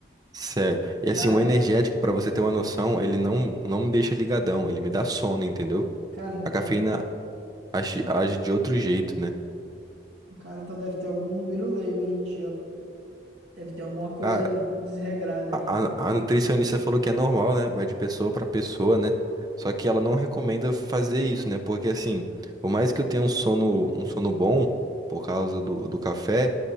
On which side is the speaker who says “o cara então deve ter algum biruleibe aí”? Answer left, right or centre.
Right